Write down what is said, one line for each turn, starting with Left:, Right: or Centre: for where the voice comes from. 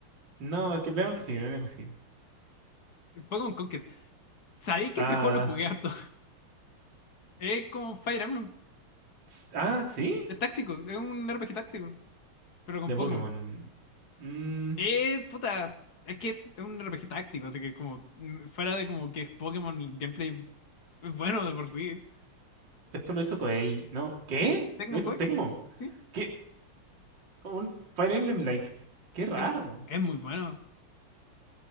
Right: No, es que veamos el que sigue, veamos el que sigue.
Left: Pokémon Conquest. Sabéis que
Right: Ah,
Left: este juego lo jugué harto. Es como Fire Emblem,
Right: s- ah, sí,
Left: es táctico, es un RPG táctico, pero con
Right: de
Left: Pokémon.
Right: Pokémon. Mm,
Left: Eh, puta, es que es un RPG táctico, así que es como, mm, fuera de como que es Pokémon, el gameplay es bueno de por sí.
Right: esto lo hizo Koei, ¿no? ¿Qué?
Left: Tecmo
Right: Lo hizo
Left: Kois,
Right: Tecmo.
Left: sí, sí,
Right: ¿Qué? Un Fire Emblem like. Qué raro.
Left: es, es muy bueno.